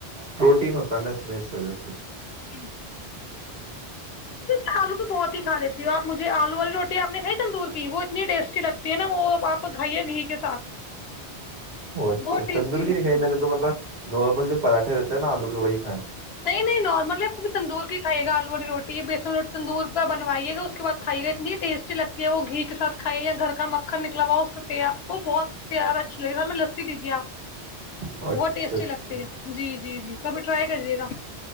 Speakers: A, on the right; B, on the left.
A: پروٹین ہوتا ہے نا اس میں اس وجہ سے
B: جی ا آلو تو بہت ہی کھ لیتی ہوںپجھے آلو والی روٹی آپ نے کائی تندور کی وہ اتنی ٹیسٹی لگ تی ہے نا وہ آپ کھائیے گھی کے ساتھ
A: ا اچھا
B: بہت ٹیسٹی
A: تندوری
B: لگتی
A: کی نہیں کھائی
B: ہے
A: میں نے تو مطلب نارمل جو پراٹے رہتے ہیں نا آلو کے وہی کھائیں ہیں
B: نہیں نہیں نارملی پور تندور کی کھے گا آلو والی روٹی بیسن رو تندور کا بنوائیے گا اس کے بعد کھائیےا اتنی ٹیسٹی لگتی ہے وہ گھی کے ساتھائیے گ گھر کا مکھن نکلا ہوا اسے آ کو وہ بہت زیاہ اچھی لگےیا ہم میں لسی لیجیے آپ
A: اچھا
B: بہت ٹیسٹی
A: اچھا
B: لگتی ہے جی جی جی ابھی رائی کریےا